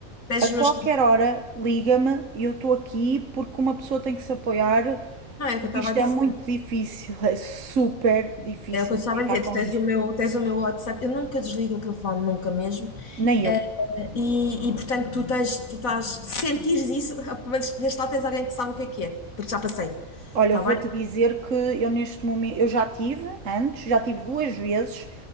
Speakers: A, on the left (about 70°); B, on the right (about 60°).
A: tens
B: A
A: os
B: qualquer
A: meus.
B: hora, liga-me, eu estou aqui porque uma pessoa tem que se apoiar,
A: Não, é o que
B: porque
A: eu estava
B: isto
A: a dizer.
B: é muito difícil, é super difícil
A: É o que eu estava
B: lidar
A: a dizer. Tu
B: com
A: tens
B: isto.
A: o meu, tens o meu WhatsApp. Eu nunca desligo o telefone, nunca mesmo.
B: Nem eu.
A: Eh, E, e, portanto, tu tens, tu estás, sentires isso, <laughs> mas desde lá tens alguém que sabe o que é que é, porque já passei.
B: Olha,
A: Está
B: eu vou-te
A: bem?
B: dizer que eu neste momento, eu já tive antes, já tive duas vezes.